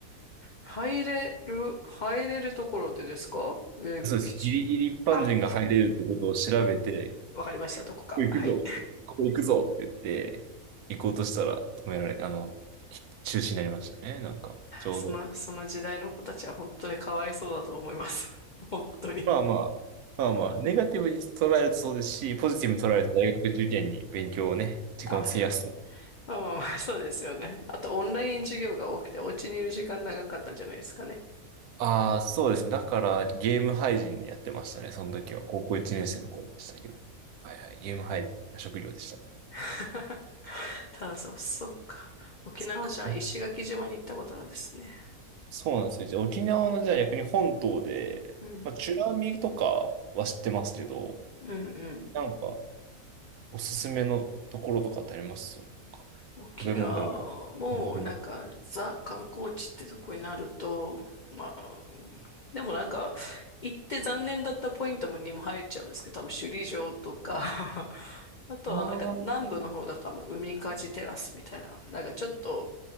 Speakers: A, on the left; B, on the right.
A: 入れる、入れるところでですか米軍基地。
B: そうです。ギリギリ一般人が入れるってことを調べて、
A: あ、わかりました、どこか。
B: ここ行くぞって、
A: はい。
B: ここ行くぞって言って、行こうとしたら止められ、あの、中止になりましたね、なんか、ちょうど。
A: その、その時代の子たちは本当にかわいそうだと思います。<laughs> 本当に。
B: まあまあ、まあまあ、ネガティブに捉えるとそうですし、ポジティブに捉えると大学受験に勉強をね、時間を費やすと。
A: あ、まあまあまあ、そうですよね。あと、オンライン授業が多くて、お家にいる時間長かったんじゃないですかね。
B: ああ、そうですね。だから、ゲーム配信やってましたね、その時は。高校1年生の頃でしたけど。はいはい、ゲーム配信、職業でしたね。
A: <laughs> ただ、そう、そっか。沖縄じゃあ石垣島に行ったことあるんですね。
B: そっかそうなんですよ。じゃあ、沖縄の、じゃあ逆に本島で、
A: うん。
B: まあ、美ら海とかは知ってますけど、
A: うんうん
B: なんか、おすすめのところとかってありますなんか
A: 沖縄もなんかザ観光地ってとこになると、
B: 食べ物でもいい。観光
A: まあ、でもなんか行って残念だったポイントもにも入っちゃうんですけど、多分首里城とか <laughs> あとはなんか南部の方だと多分海かじテラスみたいな、
B: も
A: なんかちょっと